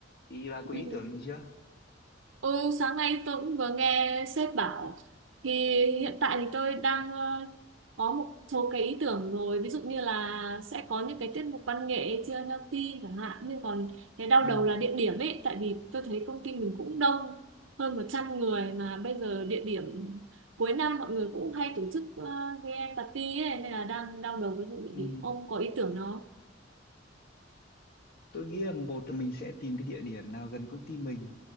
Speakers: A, on the left; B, on the right.
A: Thì bà có
B: Ừ.
A: ý tưởng gì chưa?
B: Ôi, sáng nay tôi cũng vừa nghe sếp bảo thì hiện tại thì tôi đang ờ, có một số cái ý tưởng rồi ví dụ như là sẽ có những cái tiết mục văn nghệ chưa healthy chẳng hạn nhưng còn cái đau
A: Ừ,
B: đầu là địa điểm ấy tại vì tôi thấy công ty mình cũng đông hơn 100 người mà bây giờ địa điểm cuối năm mọi người cũng hay tổ chức uh, cái party ấy nên là đang đau đầu với vụ địa
A: ừ.
B: điểm ông có ý tưởng nó
A: Tôi nghĩ là một là mình sẽ tìm cái địa điểm nào gần công ty mình